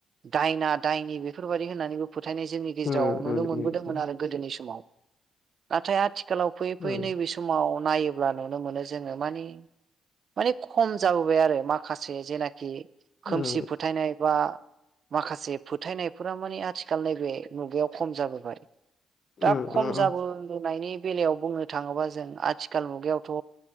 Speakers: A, on the right (about 55°); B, on the left (about 45°).
A: दायना दायनि बेफोरबायाददि होननानैबो फोथायनाय जोंनि गेजेराव
B: उम
A: नुनो
B: उम
A: मोनबोदोंमोन
B: उम
A: आरो गोदोनि समाव नाथाय आ आथिखालाव फैयै फैयै
B: उम
A: नैबे समाव नायोब्ला नुनो मोनो जोंङो मानि मानि खम जाबोबाय आरो माखासे जेनाखि खोमसि
B: उम उम
A: फोथायनाय बा माखासे फोथायनायफोरा मानि आथिखाल नैबे मुगायाव खम जाबोबाय। दा
B: उम
A: खम
B: उम उम
A: जाबोनायनि बेलायाव बुंनो थाङोबा जों आथिखाल मुगायावथ'